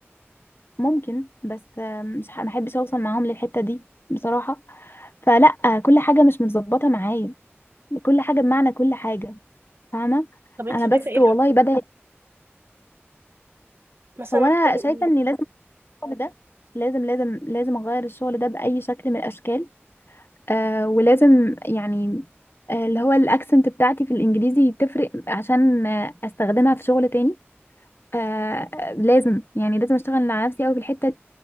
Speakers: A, on the left; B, on the right.
A: ممكن بس آه، مش ح- ما احبش اوصل معاهم للحته دي بصراحه فلا آه، كل حاجه مش متظبطه معايا كل حاجه بمعنى كل حاجه فاهمه
B: طب انتي
A: انا
B: شايفة
A: بس
B: ايه
A: والله
B: الحل
A: بدأت
B: مثلا
A: هو
B: محتاجة
A: انا شايفه
B: ايه
A: اني لازم الشغل ده لازم لازم لازم اغير الشغل ده باي شكل من الاشكال آه ولازم يعني آه اللي هو الاكسنت بتاعتي في الانجليزي تفرق عشان آه استخدمها في شغل تاني آه لازم يعني لازم اشتغل على نفسي قوي في الحته